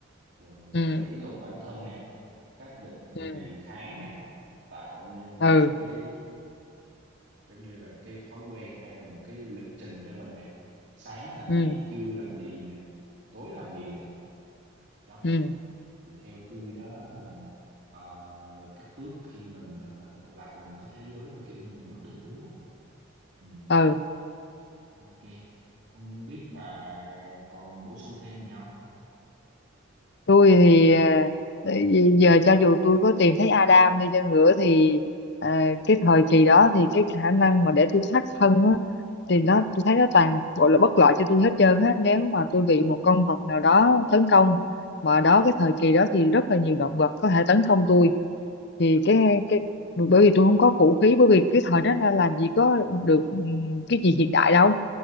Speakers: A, on the right (about 55°); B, on the left (about 55°).
A: rồi mình
B: ừ
A: phải kỷ luật bản thân nè xác định
B: ừ
A: ngày tháng nè tạo nên
B: ừ
A: một cái giống như là cái thói quen hay là một cái lịch trình cho mình nè sáng làm
B: ừ
A: gì trưa làm gì nè tối làm gì nè đó
B: ừ
A: thì theo tôi đó là ờ, các bước khi mình ờ, lạc vào một cái thế giới mà kiểu như mình mất định hướng á ừ,
B: ừ
A: ok không biết bà còn bổ sung thêm gì không
B: tôi thì à, giờ cho dù tôi có tìm thấy Adam đi chăng nữa thì à, cái thời kỳ đó thì cái khả năng mà để tôi thoát thân á thì nó tôi thấy nó toàn bộ là bất lợi cho tôi hết trơn á nếu mà tôi bị một con vật nào đó tấn công mà đó cái thời kỳ đó thì rất là nhiều động vật có thể tấn công tôi thì cái cái bởi vì tôi không có vũ khí bởi vì cái thời đó là làm gì có được ừm, cái gì hiện đại đâu